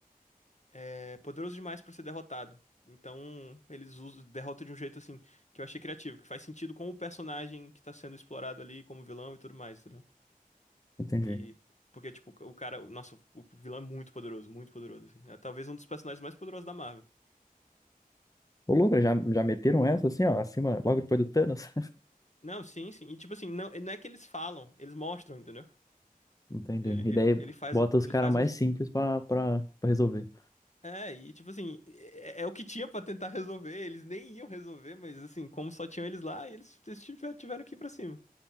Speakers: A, on the left (about 50°); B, on the left (about 20°).
A: é poderoso demais pra ser derrotado. Então, eles usam derrota de um jeito assim que eu achei criativo, que faz sentido com o personagem que tá sendo explorado ali como vilão e tudo mais, entendeu?
B: Entendi.
A: E porque tipo, o cara, nossa, o vilão é muito poderoso, muito poderoso assim. É talvez um dos personagens mais poderosos da Marvel.
B: Ô, louco, já, já meteram essa assim, ó, acima, logo depois do Thanos?
A: Não, sim, sim. E tipo assim, não, não é que eles falam, eles mostram, entendeu?
B: <laughs> Entendi.
A: Ele,
B: E daí
A: ele faz,
B: bota
A: um-
B: os
A: ele
B: caras
A: faz
B: mais
A: uns.
B: simples pra, pra, pra resolver.
A: É, e tipo assim, é, é o que tinha pra tentar resolver. Eles nem iam resolver, mas assim, como só tinham eles lá, eles, eles tiver- tiveram que ir pra cima.